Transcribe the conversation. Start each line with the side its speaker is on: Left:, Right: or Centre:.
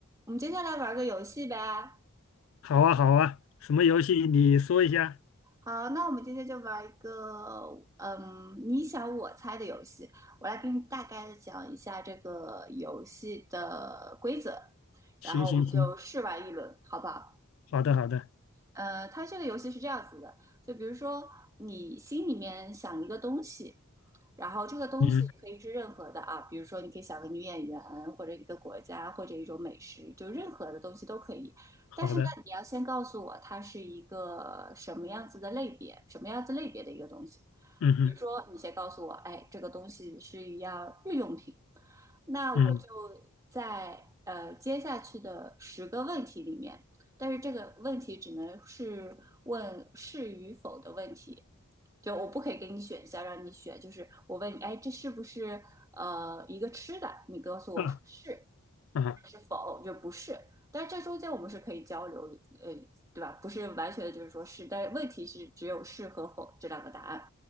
Right: 我们今天来玩个游戏呗。
Left: 好啊，好啊，什么游戏你说一下？
Right: 好，那我们今天就玩一个，嗯，你想我猜的游戏。我来给你大概的讲一下这个游戏的规则，
Left: 行行行，
Right: 然后我们就试玩一轮，好不好？
Left: 好的好的，
Right: 呃，它这个游戏是这样子的，就比如说你心里面想一个东西，然后这个东西可以是任何的啊，
Left: 嗯，
Right: 比如说你可以想个女演员，或者一个国家，或者一种美食，就任何的东西都可以。
Left: 好的，
Right: 但是呢，你要先告诉我它是一个什么样子的类别，什么样子类别的一个东西。
Left: 嗯哼，
Right: 比如说，你先告诉我，哎，这个东西是一样日用品，那我就
Left: 嗯
Right: 在呃接下去的十个问题里面。但是这个问题只能是问是与否的问题，就我不可以给你选项让你选，就是我问你，哎，这是不是呃一个吃的？你告诉我是是
Left: 啊啊
Right: 是否，就不是。但是这中间我们是可以交流，呃，对吧？不是完全的就是说是，但是问题是只有是和否这两个答案。